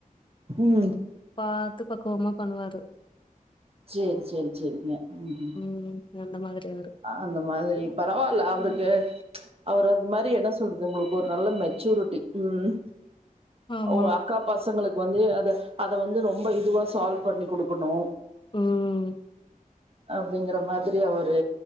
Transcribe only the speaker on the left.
து பாத்து பக்குவமா பண்ணுவாரு
ம் அந்த மாதிரி அவரு
ம்.
ஆமா
ம்